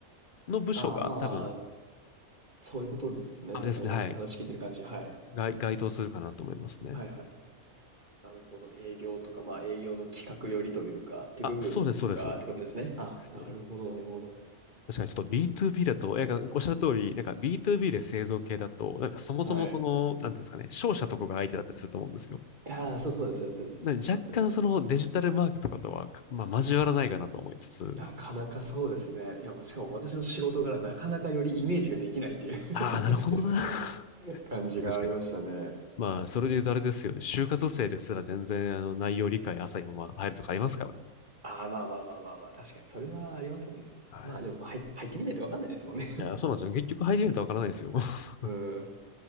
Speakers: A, on the left; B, on the right.
A: の部署が多分、
B: ああ、まあ、そういうことですね。
A: あれですね、
B: なんか今話聞いてる感じ。
A: はい、
B: はい。
A: 該該当するかなと思いますね。
B: はいはい。なるほど。営業とか、まあ営業の企画寄りというか、っていう部分とかってことですね。
A: あ、そうです、そうです。
B: あ、
A: ですね。
B: なるほどなるほど。
A: 確かにちょっと B2B だと、え、かおっしゃる通り、なんか B2B で製造系だと、なんかそもそもその、
B: はい。
A: なんていうんですかね、商社とかが相手だったりすると思うんですよ。
B: いやー、そうそうです、そうです、そうです。
A: なんで若干そのデジタルマーケとかとは、
B: 本当に。
A: まあ交わらないかなと思いつつ、
B: なかなかそうですね。いや、もうしかも私の仕事柄なかなかよりイメージができないっていう
A: ああ、なるほどな。
B: <laughs>
A: <laughs> 確
B: 感じがありましたね。
A: かに確かに。まあ、それで言うとあれですよ。
B: あ、そうっす
A: 就活生ですら全然あの内容理解浅いまま入るとかありますからね。
B: あーまあまあまあまあまあ、確かに、それはありますもんね。
A: はい。
B: まあでも、まあ入っ入ってみないとわかんないですもんね。
A: いや、そうなんですよ。結局入りるとわからないですよ。<laughs>
B: <laughs> うん。